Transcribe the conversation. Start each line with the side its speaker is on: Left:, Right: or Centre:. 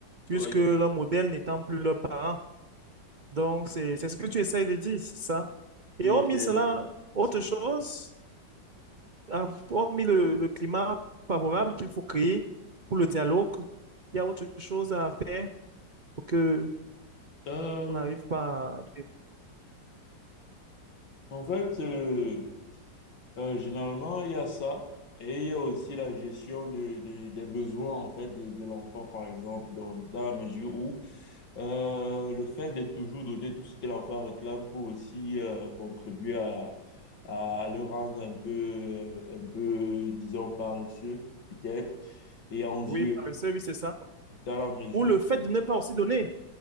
Right: puisque
Left: Oui,
Right: leur modèle n'étant plus leurs parents. Donc, c'est, c'est ce que tu essayes de dire, c'est ça. Et
Left: oui,
Right: hormis
Left: c'est...
Right: cela, autre
Left: c'est-
Right: chose? Ah, Hormis le, le climat favorable qu'il faut créer pour le dialogue, il y a autre chose à faire pour que
Left: Euh,
Right: on n'arrive pas à...
Left: en fait, euh, euh, généralement, il y a ça et il y a aussi la gestion de, de- des besoins en fait de, de l'enfant, par exemple, dans, dans la mesure où euh, le fait de toujours donner tout ce que l'enfant réclame peut aussi euh, contribuer à, à le rendre un peu, euh, un peu, disons, paresseux, peut-être, et envieux,
Right: Oui, paresseux, oui, c'est ça.
Left: dans la mesure
Right: Ou le fait
Left: où...
Right: de ne pas aussi donner.